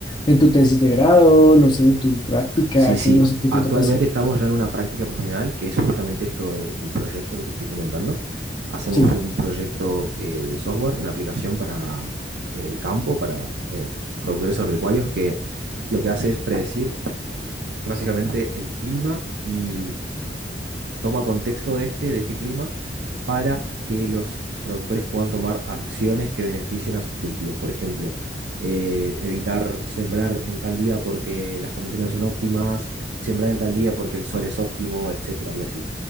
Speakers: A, on the left; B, on the right.
A: en tu tesis de grado, no sé, tu práctica,
B: Sí, sí.
A: que no sé qué
B: Actualmente
A: te toca hacer.
B: estamos ya en una práctica profesional que es justamente esto de- del proyecto que te estoy comentando. Hacemos
A: Sí.
B: un proyecto eh, de software, una aplicación para eh, el campo, para eh, productores agropecuarios, que lo que hace es predecir básicamente el clima y toma contexto de este, de este clima, para que los productores puedan tomar acciones que beneficien a sus cultivos. Por ejemplo, eh, evitar sembrar en tal día porque las condiciones no son óptimas, sembrar en tal día porque el sol es óptimo, etcétera, y así.